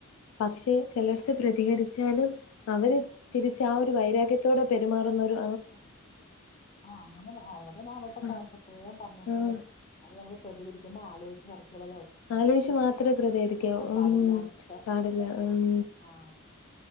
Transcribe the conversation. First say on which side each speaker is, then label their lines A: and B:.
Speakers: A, on the left; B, on the left.
A: പക്ഷെ ചെലർ.. പ്രതികരിച്ചാലും അവര് തിരിച്ച് ആ ഒരു വൈരാഗ്യത്തോടെ പെരുമാറുന്നൊ രു..
B: ആ അങ്ങനെ അതുണ്ടെന്നെ അവള്ടെ <unintelligible>
A: ആഹ്
B: പ്രത്യേകം പറഞ്ഞേക്കണത്
A: ആഹ്
B: അത് അ മ്മൾ പ്രതികരിക്കുമ്പോ ആലോയിച്ച് വർകോളല്ല..
A: ആലോയിശ് മാത്രേ പ്രധികരികാവു. ഉം
B: പാടില്ല എന്നൊക്കെ
A: പാടില്ല. ഉം.
B: ആഹ്